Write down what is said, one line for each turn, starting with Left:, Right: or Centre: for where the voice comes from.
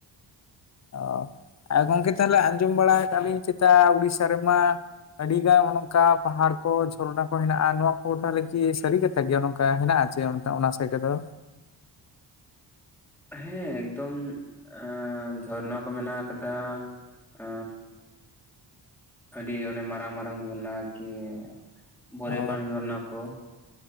Centre: ᱾
Left: ᱚ ᱟᱨ ᱜᱚᱢᱠᱮ ᱛᱟᱦᱚᱞᱮ ᱟᱸᱡᱚᱢ ᱵᱟᱲᱟ ᱠᱟᱫᱟ ᱞᱤᱧ ᱪᱮᱛᱟ ᱩᱲᱤᱥᱟ ᱨᱮᱢᱟ ᱟᱹᱰᱤ ᱜᱟᱱ ᱚᱱᱠᱟ ᱯᱟᱦᱟᱲ ᱠᱚ ᱡᱷᱚᱨᱱᱟ ᱠᱚ ᱦᱮᱱᱟᱜᱼᱟ, ᱱᱚᱣᱟ ᱠᱚ ᱛᱟᱦᱚᱞᱮ ᱠᱤ ᱥᱟᱹᱨᱤ ᱠᱟᱛᱮᱼᱼ ᱥᱮᱫ ᱜᱮ ᱱᱚᱝᱠᱟ ᱦᱮᱱᱟᱜᱼᱟ ᱡᱮ ᱚᱱᱟ ᱥᱮᱫ ᱨᱮᱫᱚᱼᱼ
Centre: ᱦᱮᱸ ᱮᱠᱫᱚᱢ, ᱟ ᱡᱷᱚᱨᱱᱟ ᱠᱚ ᱢᱮᱱᱟᱜ ᱟᱠᱟᱫᱟ, ᱟᱼᱼ ᱟᱹᱰᱤ ᱚᱱᱮ ᱢᱟᱨᱟᱝ ᱢᱟᱨᱟᱝ ᱡᱷᱚᱨᱱᱟ ᱟᱨᱠᱤ, ᱵᱚᱨᱮᱯᱟᱱᱤ
Left: ᱚ
Centre: ᱡᱷᱚᱨᱱᱟ ᱠᱚ ᱾